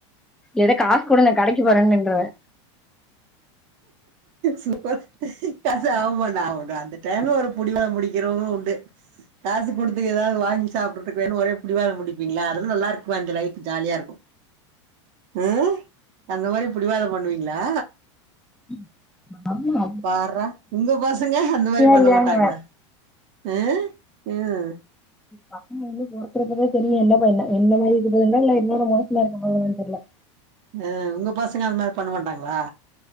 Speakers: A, in the centre; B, on the right.
A: எனக்கு காசு குடு நா கடைக்கு போறேனு நின்றுவே
B: சூப்பர் கச ஆமாண்ண அவருதா அந்த டைம்ல ஒரு புடிவாதோ புடிக்கிறது உண்டு காசு கொடுத்து எதாது வாங்கி சாப்ட்டு வேணு ஒரே புடிவாத புடிப்பீங்களா அதுல்லா நல்லா இருக்குமே அந்த லைஃபு ஜாலியா இருக்கு ம் அந்த மாரி பிடிவாதோ பண்ணுவீங்ளா
A: ம் ஆமா
B: பாறா உங்க பசங்க அந்த மாதிரி பண்ண
A: இல்லையாங்குவே
B: மாட்டாங்களா ம் ம்
A: பசங்க வந்து பொறக்கறப்பவே தெரியு என்ன பண்ணு என்ன மாதிரி இருக்குதுங்களா இல்ல என்னோட மோசமா இருக்க போதுங்ளானு தெர்ல
B: ஆ உங்க பசங்க அந்த மாரி பண்ண மாட்டாங்ளா